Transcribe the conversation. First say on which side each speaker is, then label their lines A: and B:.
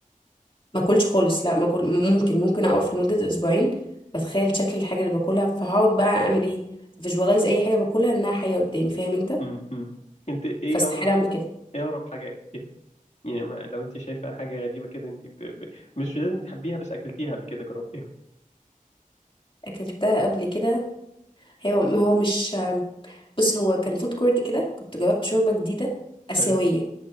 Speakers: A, on the left (about 35°); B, on the left (about 50°).
A: ما اكلش خالص لا ما أكل ممكن ممكن اقف لمدة اسبوعين بتخيل شكل الحاجة اللي باكلها فهقعد بقى اعمل ايه فيجوالايز اي حاجة باكلها انها حية قدامي فاهم انت
B: امم انت ايه
A: فاستحيل
B: اغرب
A: اعمل كده
B: ايه اغرب حاجه اكلتيها يعني ما لو انت شايفه حاجه غريبه كده انت ب... ب... مش لازم تحبيها بس اكلتيها قبل كده جربتيها
A: اكلتها قبل كده هي هو مش بص هو كان فود كورت كده كنت جربت شوربة جديدة آسيوية
B: حلو